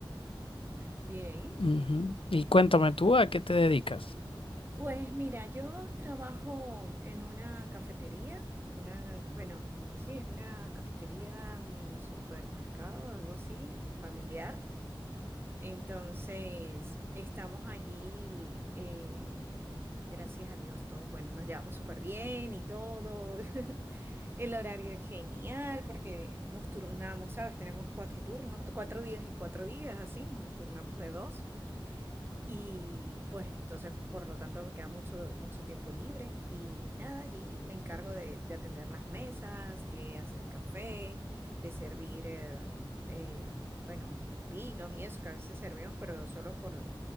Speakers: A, on the right; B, on the left.
A: Bien.
B: Ujú. Y cuéntame tú, ¿a qué te dedicas?
A: Pues mira, yo trabajo en una cafetería, en una, bueno, sí, es una cafetería mini supermercado, algo así, familiar. Entonces, estamos allí, eh, gracias a Dios, todos, bueno, nos llevamos súper bien y todo. <laughs> El horario es genial porque nos turnamos, ¿sabes? Tenemos cuatro turnos, cuatro días y cuatro días, así, nos turnamos de dos. Y pues entonces, por lo tanto, me queda mucho, mucho tiempo libre y nada, allí me encargo de, de atender las mesas, de hacer café, de servir, eh, eh, bueno, vinos y eso que a veces servimos, pero solo por,